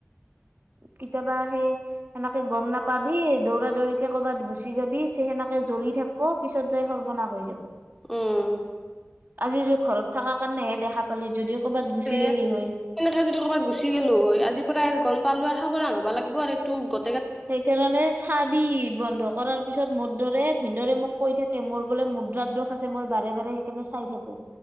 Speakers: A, on the right; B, in the centre.
A: কেতিয়াবা আহে সেনেকে গম নাপাবি দৌৰা দৌৰি কে ক'ৰবাত গুচি যাবি চে সেনেকে জ্বলি থাকিব পিছত যাই সৰ্বনা হৈ যাব।
B: উম।
A: আজি য ঘৰত থকা কাৰণেহে দেখা পালি যদি কৰ'বাত গুচি
B: তেনেক
A: গেলি হয়
B: যদি কবাত গুচি গ'লো হয় আজি পৰা গম পালো। সাৱধান হব লাগব আৰু তটো
A: সেইকাৰণে চাবি বন্ধ কৰাৰ। পিছত মদ দৰে ভিনদৰে মোক কৈ থাকে মোৰ বোলে মুদ্ৰাৰ দশ ছে মই বাৰে -বাৰে সেইকাৰণে চাই থাকো।